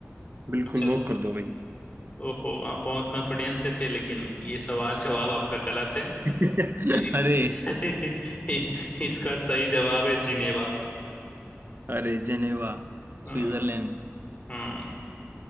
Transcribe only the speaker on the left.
चल
ओहो आप बहुत कॉन्फिडेंस से थे लेकिन ये सवाल जवाब आपका गलत है
<laughs>
इसका सही जवाब है जिनेवा
हाँ
हाँ